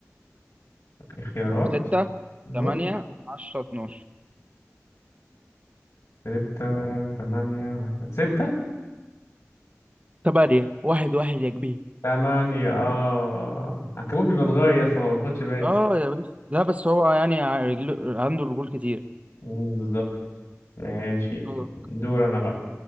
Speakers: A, on the left (about 75°); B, on the right (about 25°).
A: اختيارات
B: ستة
A: أيوه
B: تمانية
A: تمام.
B: عشرة اتناشر
A: ستة تمانية عشرة ستة
B: تمانية واحد واحد يا كبير
A: تمانية اه العنكبوت بيبقى صغير فما باخدش بالي
B: اه يا باشا لا بس هو يعني ع- رجله عنده رجول كتير
A: مم، بالظبط ماشي
B: دورك.
A: دور أنا بقى